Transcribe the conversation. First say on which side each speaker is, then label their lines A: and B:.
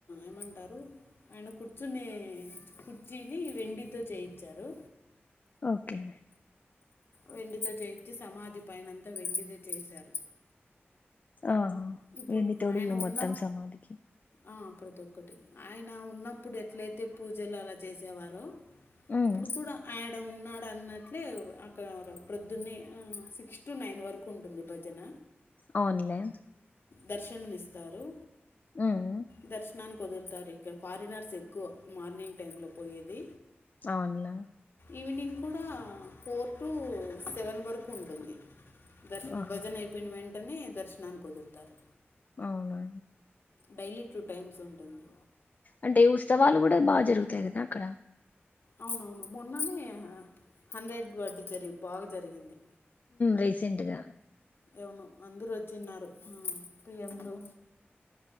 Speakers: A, on the left; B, on the left.
A: ఏమంటారు ఆయన కూర్చునే కుర్చీని వెండితో చేయించారు
B: ఒకే
A: వెండితో చేయించి సమాధి పైనంత వెండితో చేశారు
B: ఆ
A: ఇప్పుడు
B: వెండి తోడు
A: ఆయన ఉన్న
B: మొత్తం సమాధకి
A: ఆ ప్రతి ఒక్కటి ఆయన ఉన్నప్పుడు ఎట్లయితే పూజలు అల చేసేవారో
B: ఉమ్
A: ఇప్పుడు కూడ ఆ యన ఉన్నాడు అన్నట్లే అక్కడ ప్రొద్దున్న సిక్స్ టు నైన్ వరకు ఉంటుంది భజన
B: అవునులే
A: దర్శనమిస్తారు
B: ఉమ్
A: దర్ క్షణానికి వదులుతారు ఇక ఫారినర్స్ ఎక్కువ మార్నింగ్ టైంలో పోయేది
B: అవునులే
A: ఈవినింగ్ కూడా ఫోర్ టు సెవెన్ వరకు ఉంటుంది దర్శనం
B: ఆహా
A: భజన అయిపోయిన వెంటనే దర్శనానికి ఒదులుతారు
B: అవునా
A: డైలీ టూ టైమ్స్ ఉంటుంది
B: అంటే ఉత్సవాలు కూడ బాగా జరుగుతాయి కదా అక్కడ
A: అవునవును మొన్ననే హండ్రెడ్ వడ్డు జరిగి బాగ జరిగింది
B: రీసెంట్గ
A: అవును అందరు వచ్చిన్నారు పి ఎం లు